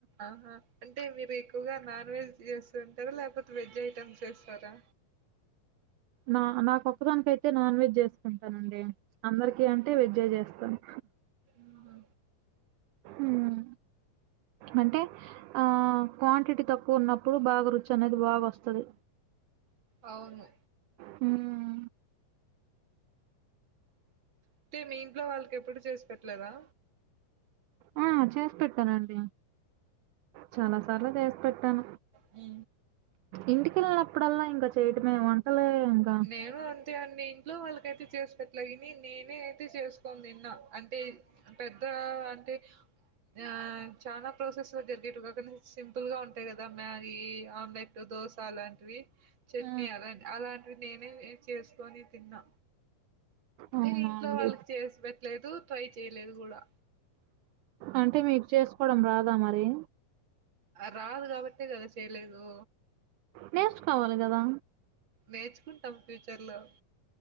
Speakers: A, on the right (about 40°); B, on the right (about 80°).
A: ఆహా అంటే మీరు ఎక్కువగా నాన్ వెజ్ చేస్తుంటారా లేకపోతే వెజ్ ఐటమ్స్ చేస్తారా
B: నా నాకొక్కదానికైతే నాన్ వెజ్ చేసుకుంటానండి అందరికి అ అంటే వెజ్జే చేస్తాను
A: ఆహా
B: ఉమ్ అంటే ఆ క్వాంటిటీ తక్కువ ఉన్నప్పుడు బాగా రుచి అనేది బాగా వస్తది
A: అవును
B: హుమ్
A: అంటే మీ ఇంట్లో వాళ్ళకి ఎప్పుడు చేసి పెట్టలేదా
B: ఆ చేసి పెట్టానండి చాలా సార్లు చేసి పెట్టాను
A: ఉ
B: ఇంటికెళ్ళినప్పుడల్లా ఇంకా చేయటమే వంటలే ఇంకా
A: నేను అంతే అండి ఇంట్లో వాళ్ళకైతే చేసి పెట్టలేగని నేనే అయితే చేసుకో తిన్న అంటే పెద్ద అంటే ఆ చాలా ప్రాసెస్ లో జరిగేట్టు కాక సింపుల్ గా ఉంటాయి కదా మ్యాగీ ఆమ్లెట్ దోశ అలాంటివి చట్నీ
B: ఆ
A: అలాంటివి అలాంటివి నేనే చేసుకొని తిన్నా అంటే
B: అవునా
A: ఇంట్లో
B: అండి
A: వాళ్ళకి చేసి పెట్టలేదు ట్రై చేయలేదు కూడా
B: అంటే మీకు చేసుకోవడం రాదా మరి
A: రాదు కాబట్టే కదా చేయలేదు
B: నేర్చుకోవాలి కదా
A: నేర్చుకుంటాం ఫ్యూచర్ లో